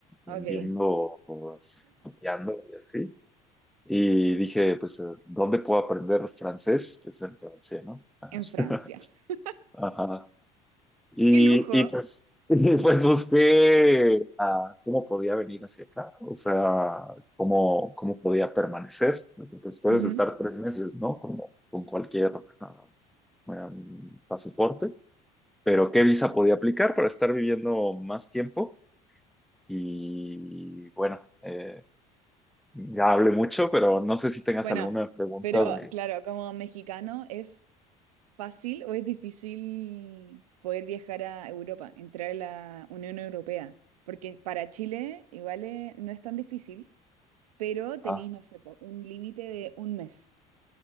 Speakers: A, in the centre; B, on the right.
A: viendo,
B: Ok,
A: o estudiando y así. Y dije, pues, eh, ¿dónde puedo aprender francés? Pues en Francia, ¿no? Ajá.
B: en Francia.
A: <laughs>
B: <laughs>
A: Ajá. Y,
B: ¡Qué lujo!
A: y pues, <laughs> y, pues busqué ah, cómo podía venir hacia acá, o sea, cómo, cómo podía permanecer. Porque, Pues puedes
B: Ujú.
A: estar tres meses, ¿no? Como, con cualquier ah, em, pasaporte, pero ¿qué visa podía aplicar para estar viviendo más tiempo? Y bueno, eh, ya hablé mucho, pero no sé si tengas
B: Bueno,
A: alguna pregunta
B: pero
A: de...
B: claro, como mexicano, ¿es fácil o es difícil poder viajar a Europa, entrar a la Unión Europea? Porque para Chile igual eh, no es tan difícil, pero tenéis,
A: ah,
B: no sé, po, un límite de un mes.